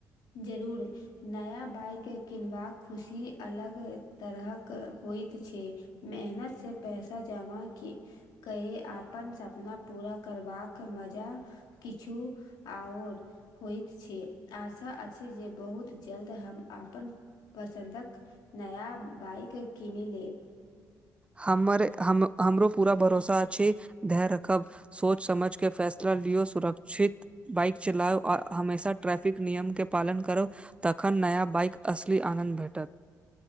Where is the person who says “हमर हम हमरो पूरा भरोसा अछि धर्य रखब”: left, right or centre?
Right